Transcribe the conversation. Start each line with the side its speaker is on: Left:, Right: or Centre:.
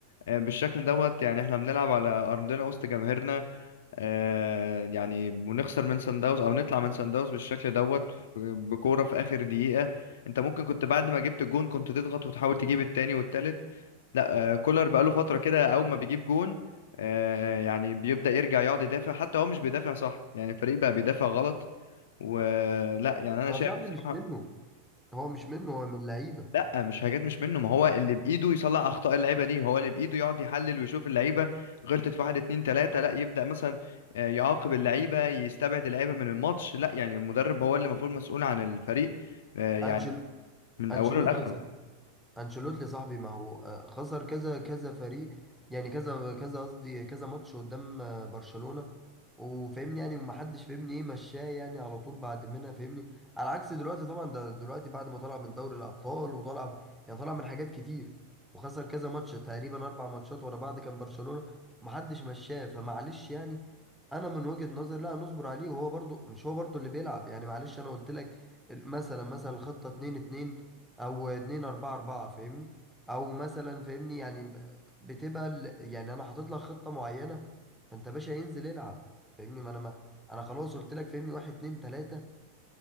Left: آه بالشكل دوت يعني احنا بنلعب على ارضنا وسط جماهيرنا آه يعني ونخسر من سان داونز او نطلع من سان داونز بالشكل دوت آه، بكورة في اخر دقيقة انت ممكن كنت بعد ما جبت الجون كنت تضغط وتحاول تجيب التاني والتالت لا آه، كولر بقاله فترة كده أول ما بيجيب جون آه، يعني بيبدأ يرجع يقعد يدافع حتى هو مش بيدافع صح يعني الفريق بقى بيدافع غلط ولا يعني أنا
Centre: ما
Left: شايف
Centre: هو صاحبي
Left: بصراحة
Centre: مش منه هو مش منه هو من اللعيبه
Left: لا مش حاجات مش منه ما هو اللي بإيده يصلح أخطاء اللعيبة دي هو اللي بإيده يقعد يحلل ويشوف اللعيبة غلطت في واحد اتنين تلاتة لا يبدأ مثلا آه، يعاقب اللعيبة يستبعد اللعيبة من الماتش لا يعني المدرب هو اللي المفروض مسؤول عن الفريق آه، يعني
Centre: انشل
Left: من
Centre: انشيلوتي
Left: أوله لآخره
Centre: انشيلوتي يا صاحبي ما هو آه، خسر كذا كذا فريق يعني كذا كذا قصدي كذا ماتش قدام آه، برشلونة وفهمني يعني ومحدش فهمني ايه مشاه يعني على طول بعد منها فهمني على عكس دلوقتي طبعا ده دلوقتي بعد ما طلع من دوري الابطال وطلع يعني طلع من حاجات كتير وخسر كذا ماتش تقريبا اربع ماتشات ورا بعض كان برشلونة ومحدش مشاه فمعلش يعني انا من وجهة نظري لا نصبر عليه وهو برضو مش هو برضو اللي بيلعب يعني معلش انا قلت لك ال- مثلا مثلا الخطة 2 2 او اتنين اربعة اربعة فاهمني او مثلا فاهمني يعني ب- بتبقى ال- يعني انا حاطط لك خطة معينة فانت باشا انزل العب فاهمني ما انا ما انا خلاص قلت لك فاهمني واحد اتنين تلاتة